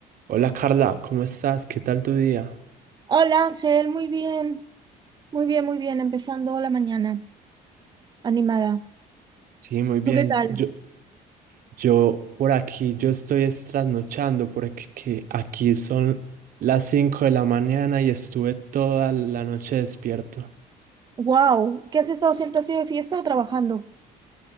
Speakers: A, on the right (about 55°); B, on the right (about 25°).
A: Hola Carla, ¿cómo estás? ¿Qué tal tu día?
B: Hola Ángel, muy bien, muy bien, muy bien, empezando la mañana, animada.
A: Sí, muy bien.
B: ¿Tú qué tal?
A: Yo, yo por aquí, yo estoy es trasnochando porque que aquí son las 5 de la mañana y estuve toda la noche despierto
B: Wow, ¿qué has estado haciendo? ¿Has sido de fiesta o trabajando?